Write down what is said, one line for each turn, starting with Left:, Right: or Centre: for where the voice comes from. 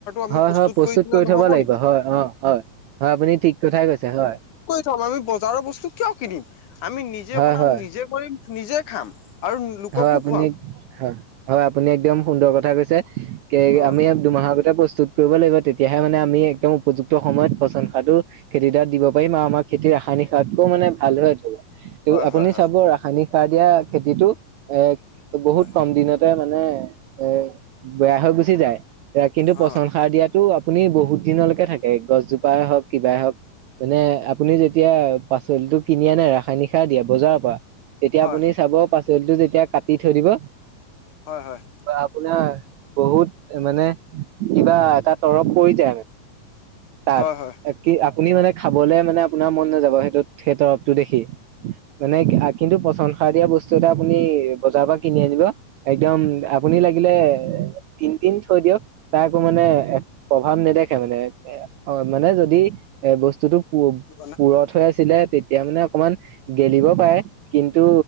Left: আমি
Right: হয় হয় প্ৰস্তুত
Left: দিলে
Right: কৰি
Left: নহ'ব
Right: থব লাগিব
Left: নেকি
Right: হয় অ হয় হয় আপুনি ঠিক কথাই কৈছে হয়।
Left: চাওক আমি বজাৰৰ ব কিয় কিনিম আমি নিজে
Right: হয়
Left: বনাম
Right: হয়
Left: নিজে কৰিম নিজে খাম। আৰু লোককো
Right: হয় আপুনি
Left: খুৱাম
Right: হয়। হয় আপুনি একদম সুন্দৰ কথা কৈছে। কে
Left: অ
Right: আমি ইয়াত দুমাহৰ ভিতৰত বস প্ৰস্তুত কৰিব লাগিব তেতিয়াহে মানে আমি একদম উপযুক্ত সময়ত পচন সাৰটো খেতিডৰাক দিব পাৰিম আৰু আমাক খেতিৰ ৰাসায়নিক সাৰতকৈয়ো মানে। <unintelligible> তো
Left: হয়
Right: আপুনি
Left: হয় হয়
Right: চাব ৰাসায়নিক সাৰ দিয়া খেতিটো এক বহুত
Left: হয়
Right: কম দিনতে মানে মানে এ বেয়া হৈ গুচি যায়। এয়া কিন্তু
Left: হয়
Right: পচন সাৰ দিয়াত টো আপুনি বহুত দিনলৈকে থাকে গছজোপাই হওক কিবাই হওক মানে আপুনি যেতিয়া পাচলিটো কিনি আনে ৰাসায়নিক সাৰ দিয়া বজাৰৰ পা এতিয়া
Left: অ হয়
Right: আপুনি চাব পাছ। <unintelligible> সেয়া কাটি থৈ দিব।
Left: হয় হয়
Right: আপোনাৰ বহুত মানে কিবা এটা তৰপ পৰি যায় মানে। তাত
Left: হয় হয়
Right: এ কি আপ আপুনি মানে খাবলৈ মানে আপোনাৰ মন নাযাব সেইটোত সেই তৰপ টো দেখি মানে কিন্তু পচনসাৰ দিয়া বস্তু এটা আপুনি বজাৰৰ পৰা কিনি আনিব একদম আপুনি লাগিলে তিন দিন থৈ দিয়ক তাৰ একো মানে প্ৰভাৱ নেদেখে মানে অ মানে যদি দি এ বস্তুটো
Left: হয়
Right: পুৰঠ হৈ আছিলে তেতি এতিয়া মানে অকমান গেলিব পাৰে কিন্তু